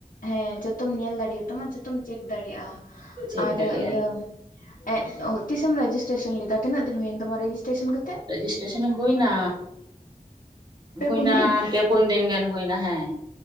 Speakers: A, on the left; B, on the right.
A: ᱦᱮᱸ ᱡᱚᱛᱚᱢ ᱧᱮᱞ ᱫᱟᱲᱮᱭᱟᱛᱟᱢᱟ ᱡᱚᱛᱚᱢ ᱪᱮᱠ ᱫᱟᱲᱮᱭᱟᱜᱼᱟ᱾
B: ᱪᱮᱠ
A: ᱟᱨ
B: ᱫᱟᱲᱮᱭᱟᱜᱼᱟ
A: ᱤᱭᱟᱹ ᱮᱸᱜ ᱛᱤᱥᱮᱢ ᱨᱮᱡᱤᱥᱴᱨᱮᱥᱚᱱ ᱞᱮᱫᱟ ᱛᱤᱱᱟᱹᱜ ᱫᱤᱱ ᱦᱩᱭᱮᱱ ᱛᱟᱢᱟ ᱨᱮᱡᱤᱥᱴᱨᱮᱥᱚᱱ ᱠᱟᱛᱮᱫ?
B: ᱨᱮᱡᱤᱥᱴᱨᱮᱥᱚᱱ ᱦᱩᱭᱱᱟ
A: ᱯᱮ
B: ᱦᱩᱭᱱᱟ
A: ᱯᱩᱱ ᱫᱤᱱ
B: ᱯᱮ ᱯᱩᱱ ᱫᱤᱱ ᱜᱟᱱ ᱦᱩᱭᱱᱟ ᱦᱮᱸ᱾